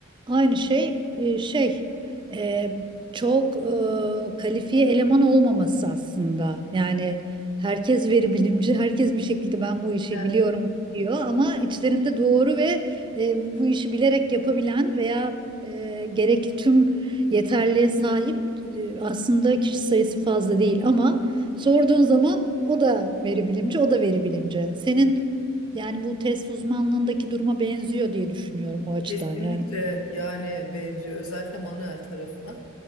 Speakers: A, on the right; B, on the left.
A: aynı şey e, şey e, çok e, kalifiye eleman olmaması aslında. Yani herkes veri bilimci, herkes bir şekilde ben bu işi
B: ben
A: biliyorum diyor ama içlerinde doğru ve e, bu işi bilerek yapabilen veya e, gerekli tüm yeterliğe sahip e, aslında kişi sayısı fazla değil ama Sorduğun zaman o da veri bilimci, o da veri bilimci. Senin yani bu test uzmanlığındaki duruma benziyor diye düşünüyorum o açıdan.
B: Kesinlikle
A: Yani
B: yani benziyor özellikle manuel tarafına.